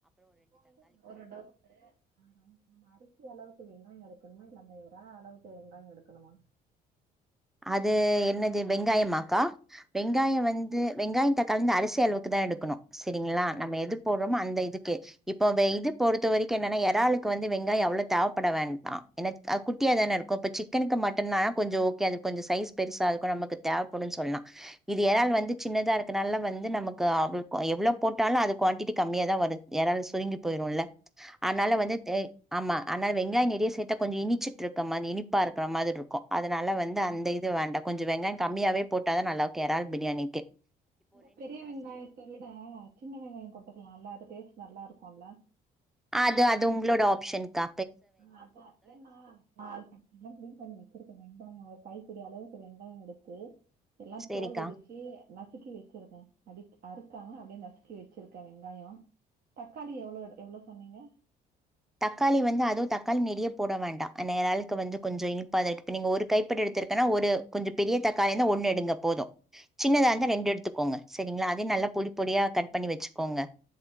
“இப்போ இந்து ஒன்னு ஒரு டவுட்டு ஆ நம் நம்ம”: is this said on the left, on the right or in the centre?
Right